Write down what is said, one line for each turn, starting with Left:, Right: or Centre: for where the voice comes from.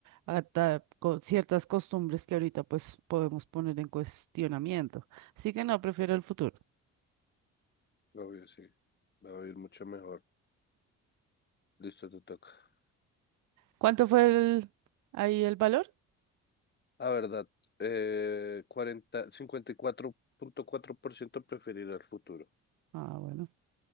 Right: a ta- co- ciertas costumbres que ahorita pues podemos poner en cuestionamiento. Así que no, prefiero el futuro.
Left: obvio, sí. Va a vivir mucho mejor. Listo, te toca.
Right: ¿Cuánto fue el, ahí el valor?
Left: La verdad, eh, cuarenta cincuenta y cuatro cuatro punto cuatro por ciento preferir el futuro.
Right: Ah, bueno.